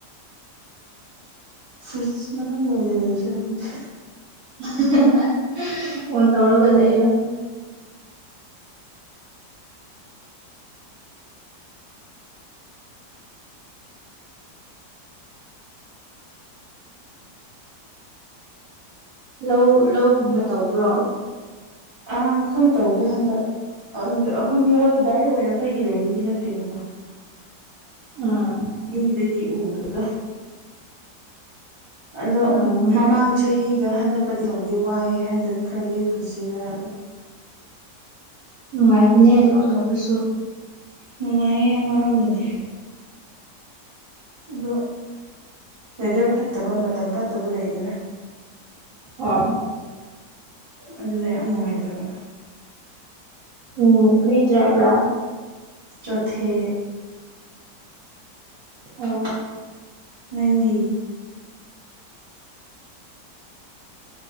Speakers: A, on the right; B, on the right.
A: ꯐ꯭ꯔꯤꯁ ꯃꯅꯨꯡꯗ ꯑꯣꯏꯅ ꯂꯩꯁꯦꯔ ꯈꯪꯗꯦ
B: <unintelligible> ꯑꯣꯟ ꯇꯧꯔꯒ ꯂꯩꯑꯣ ꯂꯧ ꯂꯧꯒꯨꯝꯕ ꯇꯧꯕ꯭ꯔꯣ
A: ꯑ ꯑꯈꯣꯏ ꯇꯧꯗꯦ ꯍꯟꯗꯛ ꯑꯈꯣꯏꯒꯤ ꯍꯣꯏ ꯗꯥꯏꯔꯦꯛ ꯑꯣꯏꯅ ꯑꯈꯣꯏꯒꯤ ꯂꯩꯕꯗꯤ ꯅꯠꯇꯦꯕꯀꯣ
B: ꯎꯝ
A: ꯃꯤꯅꯤꯗ ꯀ ꯎꯕꯗ ꯑꯗꯣ
B: ꯎꯝ
A: ꯃꯃꯥꯡ ꯆꯍꯤꯒ ꯍꯟꯗꯛꯀꯗꯤ ꯇꯧꯗꯦ ꯋꯥꯏꯑꯦ ꯍꯥꯏꯗꯅ ꯈꯔ ꯂꯦꯞꯈꯤꯁꯤ ꯍꯥꯏꯔꯒ
B: ꯅꯨꯡꯉꯥꯏꯕꯅꯦ ꯂꯧ ꯇꯧꯕꯁꯨ
A: ꯅꯨꯡꯉꯥꯏꯌꯦ ꯑꯃ ꯔꯣꯝꯗꯗꯤ ꯑꯗꯣ ꯋꯦꯗꯔ ꯐꯠꯇꯕ ꯃꯇꯝ ꯐꯠꯇꯕ ꯂꯩꯗꯅ
B: <unintelligible>
A: ꯑꯗꯨꯗ ꯌꯥꯝ ꯅꯨꯡꯉꯥꯏꯇꯕ
B: ꯎꯝ ꯀꯔꯤ ꯇꯥꯞ <unintelligible>
A: ꯆꯣꯊꯦ
B: ꯑꯣ
A: ꯅꯪꯗꯤ